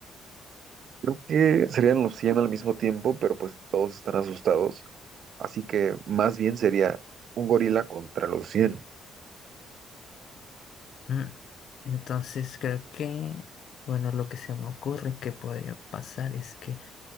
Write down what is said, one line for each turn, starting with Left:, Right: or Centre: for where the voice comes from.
Right: Creo que serían los 100 al mismo tiempo, pero pues todos están asustados. Así que más bien sería un gorila contra los 100.
Left: Mm, Entonces creo que, bueno, lo que se me ocurre que podría pasar es que